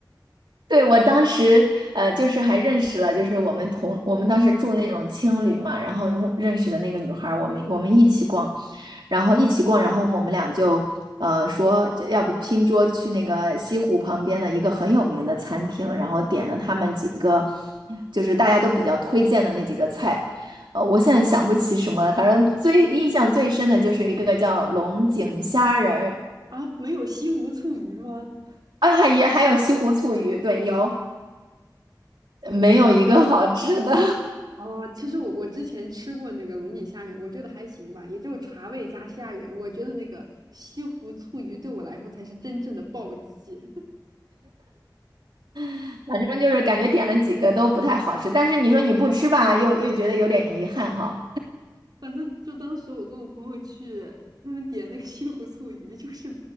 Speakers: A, on the right; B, on the right.
A: 对，我当时呃，就是还认识了，就是我们同我们当时住那种青旅嘛，然后认识的那个女孩儿，我们我们一起逛。然后一起逛，然后我们俩就呃说这要不拼桌去那个西湖旁边的一个很有名的餐厅，然后点了他们几个就是大家都比较推荐的那几个菜。呃，我现在想不起什么了，反正最印象最深的就是一个叫龙井虾仁儿，
B: 啊！没有西湖醋鱼吗？
A: 啊，也还有西湖醋鱼，对，有。没有一个好吃的，
B: 哦，其实我我之前吃过那个龙井虾仁，我觉得还行吧，也就茶味加虾仁。我觉得那个西湖醋鱼对我来说才是真正的暴击。
A: <laughs> 反正就是感觉点了几个都不太好吃。但是你说你不吃吧，又又觉得有点遗憾哈。
B: <laughs> 反正就当时我跟我朋友去，他们点那个西湖醋鱼，就是